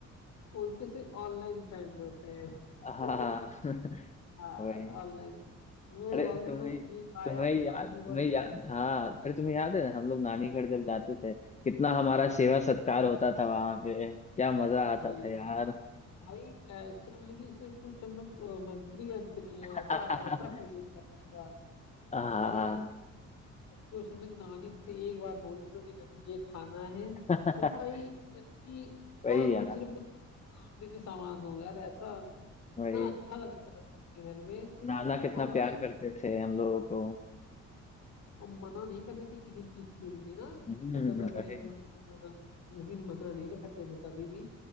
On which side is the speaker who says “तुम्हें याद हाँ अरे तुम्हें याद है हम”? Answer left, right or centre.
Left